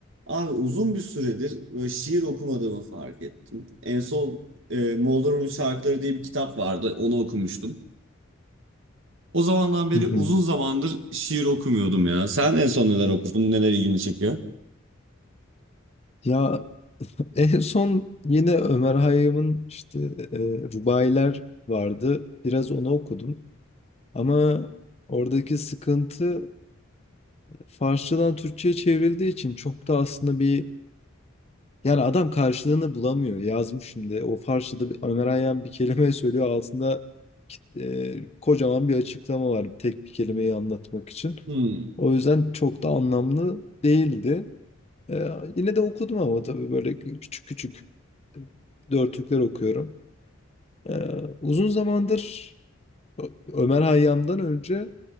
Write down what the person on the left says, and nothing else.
Hı hı.
Ya <laughs> en son yine Ömer Hayyam'ın işte e, Rubailer vardı. Biraz onu okudum. Ama oradaki sıkıntı Farsçadan Türkçe'ye çevrildiği için çok da aslında bir yani adam karşılığını bulamıyor. Yazmış şimdi. O Farsçada bir, Ömer Hayyam bir kelime söylüyor. Altında e, kocaman bir açıklama var. Tek bir kelimeyi anlatmak için.
O yüzden çok da anlamlı değildi. Eee, yine de okudum ama tabii böyle küçük küçük dörtlükler okuyorum. Eee, uzun zamandır Ö- Ömer Hayyam'dan önce